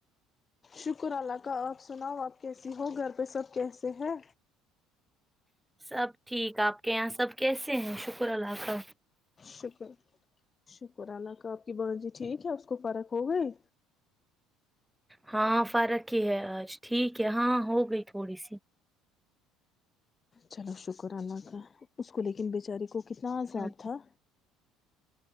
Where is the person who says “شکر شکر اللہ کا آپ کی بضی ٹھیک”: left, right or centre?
Left